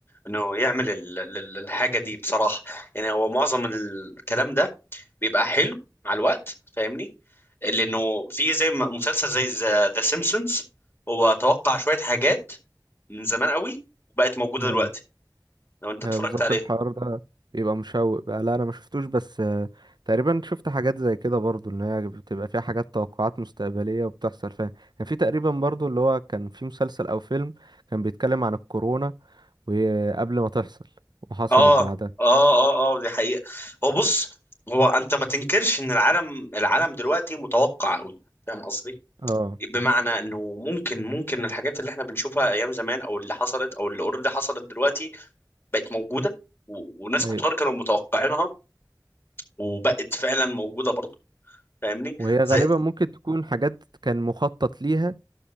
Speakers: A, on the left (about 30°); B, on the right (about 80°).
A: انه يعمل ال- ال- الحاجه دي بصراحه يعني هو معظم الكلام ده بيبقى حلو مع الوقت فاهمني لانه في زي ما- مسلسل زي ذا سيمبسونز هو توقع شويه حاجات من زمان قوي وبقت موجوده
B: أيوة
A: دلوقتي لو انت اتفرجت
B: هي بالظبط
A: عليها
B: الحوار ده بيبقى مشوق بقى لا أنا ما شفتوش بس آه، تقريبا شفت حاجات زي كده برضو إن هي بتبقى فيها حاجات توقعات مستقبلية وبتحصل فيها كان في تقريبا برضو اللي هو كان في مسلسل أو فيلم كان بيتكلم عن الكورونا وقبل ما تحصل وحصلت
A: اه
B: بعدها
A: اه اه اه دي حقيقة هو بص هو انت ما تنكرش ان العالم العالم دلوقتي متوقع قوي فاهم قصدي
B: اه
A: بمعنى انه ممكن ممكن الحاجات اللي احنا بنشوفها ايام زمان او اللي حصلت او اللي اوريدي حصلت دلوقتي بقت موجودة و- وناس
B: ايوه
A: كتار كانوا متوقعينها وبقت فعلا موجودة برضه فاهمني
B: وهي غالبا
A: زي
B: ممكن تكون حاجات كان مخطط ليها